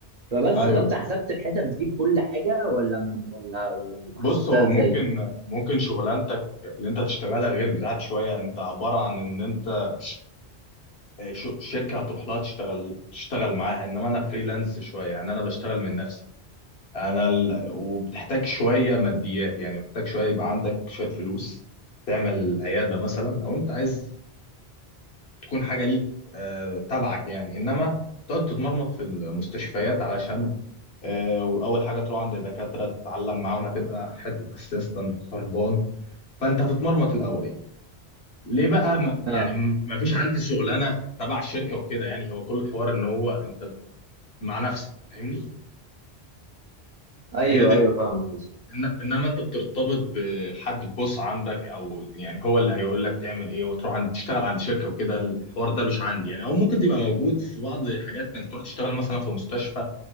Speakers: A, on the right (about 50°); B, on the left (about 70°).
A: فبس
B: ايوه
A: فانت حسبت الحسب دي لكل حاجه ولا م- ولا ولا م-
B: بص
A: حسبتها
B: هو
A: ازاي؟
B: ممكن ممكن شغلانتك اللي انت هتشتغلها غير بتاعت شويه انت عباره عن ان انت ش- شركه هتروح لها تشتغل تشتغل معاها انما انا فريلانس شويه يعني انا بشتغل من نفسي انا ال... وبتحتاج شويه ماديات يعني محتاج شويه يبقى عندك شويه فلوس تعمل عياده مثلا لو انت عايز تكون حاجه ليك آه، تبعك يعني انما تقعد تتمرمط في المستشفيات علشان آه، واول حاجه تروح عند دكاتره تتعلم معاهم هتبقى حته اسيستنت خربان فانت هتتمرمط الاول يعني ليه بقى ما يعني
A: اه
B: ما فيش عندي شغلانه تبع الشركه وكده يعني هو كل الحوار ان هو انت مع نفسك فاهمني
A: ايوه
B: هي دي
A: ايوه فاهمك يس.
B: إن... انما انت بترتبط بحد بوس عندك او يعني هو اللي هيقول لك تعمل ايه وتروح عند تشتغل عند شركه وكده الحوار ده مش عندي يعني او ممكن تبقى موجود في بعض حاجات انك تروح تشتغل مثلا في مستشفى